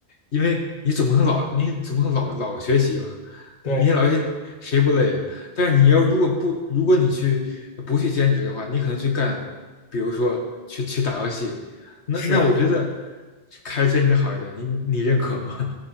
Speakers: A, on the left; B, on the left.
A: 因为你总不能老你总不能老老学习吧，
B: 对，
A: 你你老学习谁不累啊？但是你要如果不如果你去不去兼职的话，你可能去干，比如说去去打游戏，那那我觉得
B: 是啊。
A: 开兼职好一点，你你认可吗？<laughs>